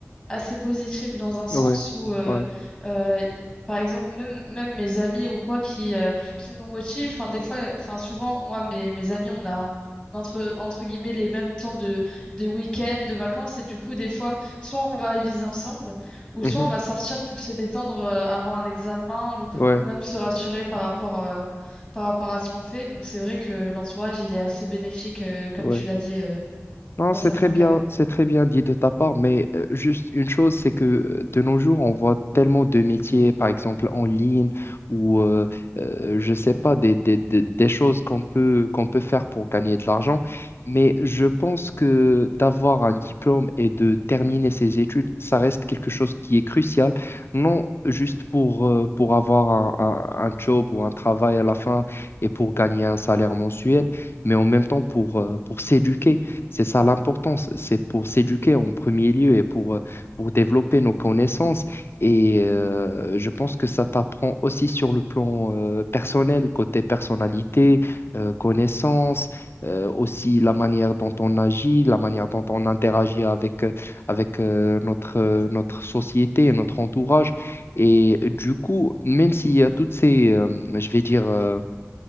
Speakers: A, in the centre; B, on the left (about 50°).
A: assez positif dans un sens
B: ouais,
A: où, euh,
B: ouais.
A: euh, par exemple, même, même mes amis ou quoi qui, euh, qui nous motivent, enfin, des fois, enfin, souvent, moi, mes, mes amis, on a entre, entre guillemets les mêmes temps de, de week-end, de vacances, et du coup, des fois, soit on va réviser ensemble, ou
B: Mhm,
A: soit on va sortir pour se détendre euh, avant un examen, ou,
B: ouais,
A: ou même se rassurer par rapport, euh, par rapport à ce qu'on fait. Donc, c'est vrai que l'entourage, il est assez bénéfique, euh, comme
B: ouais.
A: tu l'as dit, euh,
B: Non,
A: dans
B: c'est
A: certains
B: très bien,
A: cas.
B: c'est très bien dit de ta part, mais euh, juste une chose, c'est que euh, de nos jours, on voit tellement de métiers, par exemple en ligne, ou euh, euh, je sais pas, des, des, des, des choses qu'on peut, qu'on peut faire pour gagner de l'argent. Mais je pense que d'avoir un diplôme et de terminer ses études, ça reste quelque chose qui est crucial, non juste pour, euh, pour avoir un, un, un job ou un travail à la fin et pour gagner un salaire mensuel, mais en même temps pour, euh, pour s'éduquer. C'est ça l'importance, c'est pour s'éduquer en premier lieu et pour, euh, pour développer nos connaissances. Et euh, je pense que ça t'apprend aussi sur le plan euh, personnel, côté personnalité, euh, connaissances, euh, aussi la manière dont on agit, la manière dont on interagit avec, euh, avec euh, notre, euh, notre société et notre entourage. Et du coup, même s'il y a toutes ces, euh, je vais dire, euh,